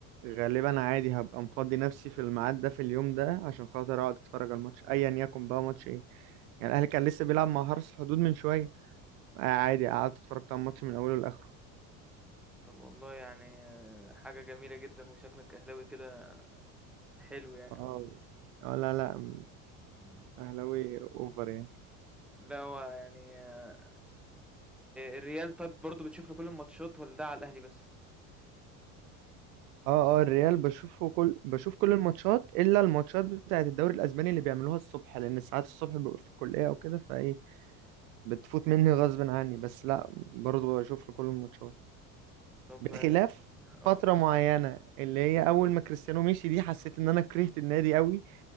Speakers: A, on the right; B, in the centre.
A: غالبا عادي هبقى مفضي نفسي في الميعاد ده في اليوم ده عشان خاطر اقعد اتفرج على الماتش ايا يكن بقى ماتش ايه يعني الاهلي كان لسه بيلعب مع حرس الحدود من شويه آه، عادي قعدت اتفرجت على الماتش من اوله لاخره
B: طب والله يعني آه، حاجه جميله جدا وشكلك اهلاوي كده حلو يعني
A: اه اه لا لا م-
B: مم.
A: اهلاوي اوفر يعني
B: لا هو يعني آه، الريال طب برضو بتشوف له كل الماتشات ولا ده على الاهلي بس
A: اه اه الريال بشوفه كل بشوف كل الماتشات الا الماتشات بتاعه الدوري الاسباني اللي بيعملوها الصبح لان ساعات الصبح ببقى في الكليه او كده فايه بتفوت مني غصب عني بس لا برضه بشوف له كل الماتشات
B: طب
A: بخلاف
B: اه <laughs>
A: فترة
B: آه.
A: معينة اللي هي أول ما كريستيانو مشي دي حسيت إن أنا كرهت النادي قوي